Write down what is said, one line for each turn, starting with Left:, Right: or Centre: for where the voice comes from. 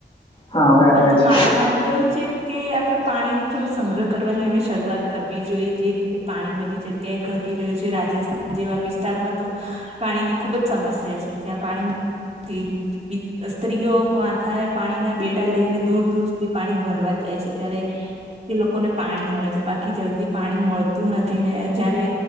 Left: હા હવે આવે
Right: તો
Left: છે.
Right: મારું માનવું એવું છે કે આપડણે પાણી નો થોડોક સંગ્રહ કરવાની હવે શરૂઆત કરવી જોઈએ જે રીતે. તે પાણી બધી જગ્યાએ ઘટી રહ્યું છે, રાજસ્થાન જેવા વિસ્તારમાં તો પાણી ની ખુબ જ સમસ્યા છે, જ્યાં પાણીર સ્ત્રીઓ પાથા પાણીના બેડા લઈને દૂર દૂર સુધી પાણી ભરવા જાય છે, યારે તે લોકોને પાણી મળે છે બાકી જલ્દી પાણી મળતું નથી ને જયારે